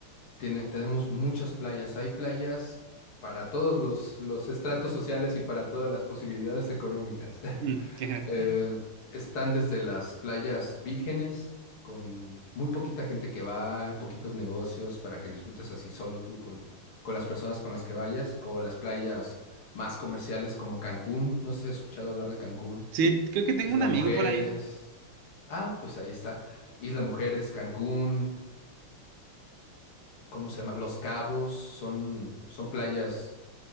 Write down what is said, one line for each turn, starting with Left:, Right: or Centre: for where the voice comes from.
Left: Tiene, tenemos muchas playas. Hay playas para todos los, los estratos sociales y para todas las posibilidades económicas. <laughs>
Right: Mm, qué-
Left: Eh, están desde las playas vírgenes, con muy poquita gente que va, poquitos negocios para que disfrutes así solo tú con, con las personas con las que vayas, o las playas más comerciales como Cancún. No sé si has escuchado hablar de Cancún.
Right: Sí, creo que tengo
Left: Isla
Right: un amigo
Left: Mujeres.
Right: por ahí.
Left: Ah, pues ahí está. Isla Mujeres, Cancún. ¿cómo se llama? Los Cabos son, son playas